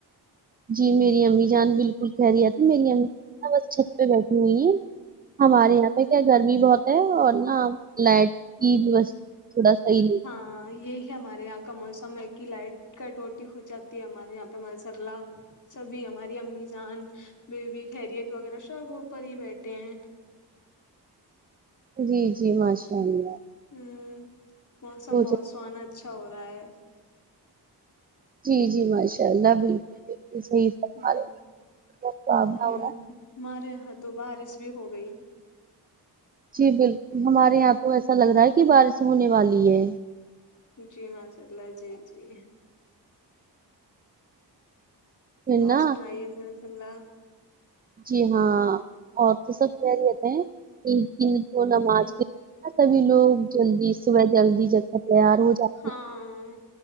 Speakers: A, on the right; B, on the left.
A: جی میری امی جان بالکل کہریت میری امی ن بس چھت پہ بیٹھی ہوئی ہے ہمارے یہاں پہ کیا گرمی بہت ہے اور نا لائٹ کی
B: ہ
A: ویوستھا تھوڑا
B: ہ
A: صحیح نہیں
B: ہاں یہی ہمارے یہاں کا موسم ہے کہ لائٹ کٹوٹی ہو جاتی ہے ہمارے یہاں پہ ماشاء اللہ سبھی ہماری امی جان بیبی خیریت وغیرہ سبوپر ہی بیٹھے ہیں
A: جی جی ماشاء اللہ
B: ہوں موسم
A: تو
B: بہت سہانا اچھا ہو رہا ہے
A: جی جی ماشاء اللہ بالکل بالل صحیح فرما
B: ہ
A: رہے ہیں آپ آپ
B: ہ ہمارے یہاں تو بارش بھی ہو گئی
A: جی بالکل ہمارے یہاں تو ایسا لگ رہا ہے کہ بارش ہونے والی ہے
B: جی ماشاء اللہ جی جی
A: پھر
B: اورسنائے
A: نا
B: ماشاللہ
A: جی ہاں اور تو سب کہہ رہ تھ ہیں کو
B: ہ
A: نماز کے سبھی لوگ جلدی صبح جلدی کر تیار ہو جات
B: ہاں